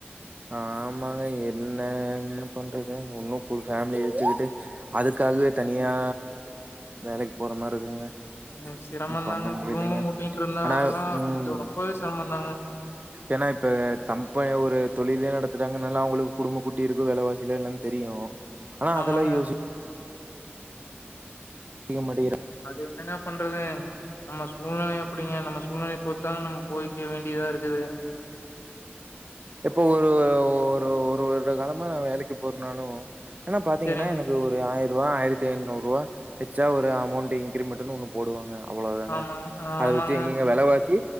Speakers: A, on the right; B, on the left.
A: ஆமாங்க என்னங்க பண்றது ஒன்னும் பு ஃபேம்லிய வெச்சிக்கிட்டு அதுக்காகவே தனியா வேலக்கி போற மாரி இருக்குங்க
B: உண்ம சீரமம்
A: ஒண்ணும் பண்ண
B: தாங்க
A: முடியலைங்க
B: குடும்பம் குட்டியினிடிருந்தால்லா
A: ஆனா ம்
B: கொஞ்சோ ரொம்பவே செரமந்தாங்க
A: ஏன்னா இப்ப கம்பெ ஒரு தொழிலே நடத்துறாங்கனால அவுங்களுக்கு குடும்பம் குட்டியின் இருக்கும் வெலவாசிலான் என்னன் தெரியு ஆனா
B: ஆமாங்க
A: அதெல்லா யோசி செய்ய மாட்டிங்கிற
B: அது என்னங்க பண்றது நம்ம சூழ்நெல அப்டிங்க நம்ம சூழ்நெல பொருத்துதாங் நம்ம போய்க்க வேண்டியதா இருக்குது
A: எப்போ ஒரு ஒரு ஒரு வருட காலமா நா வேலக்கி போறனாலு என்னா பாத்தீங்கன்னா
B: சரிங்க.
A: எனக்கு ஒரு ஆயர் <unintelligible> ஆயிரத்தி ஐநூற்றுவா எச்சா ஒரு அமொண்டு இங்கிரிமெட்டுனு ஒன்னு போடுவாங்க அவ்ளோ தாங்க
B: ஆமாங்க,
A: அத
B: ஆமாங்க.
A: வெச்சு எங்கெங்க வெலவாசி